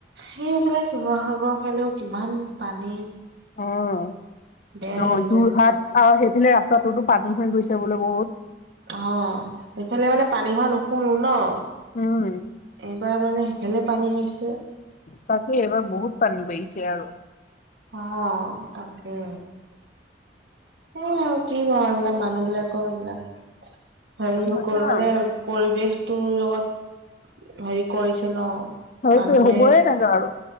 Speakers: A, on the right; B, on the left.
A: সেইফালে শিৱসাগৰৰ ফালেও কিমান পানী।
B: অঁহ',
A: বেয়াই
B: -অঁ',
A: লাগি
B: -যোৰহাট
A: যায় মানুহটো
B: আৰু সেইফালে ৰাস্তাটোতো পানী হৈ গৈছে বোলে বহুত।
A: অঁ', সেইফালে মানে পানী হোৱা নুশুনো ন'।
B: উমঁ।
A: এইবাৰ মানে সিফালে পানী হৈছে।
B: তাকে, এইবাৰ বহুত পানী বাঢ়িছে আৰু।
A: অঁ', -তাকে। সেই আৰু কি নো এইবিলাক মানুহবিলাকৰ এইবিলাকৰ হেৰি
B: আৰু।
A: কৰিব মানে- পৰিৱেশটোৰ লগত হেৰি কৰিছে ন'।
B: সেইটোৱে
A: মানুহে-
B: হ'বয়ে লাগে আৰু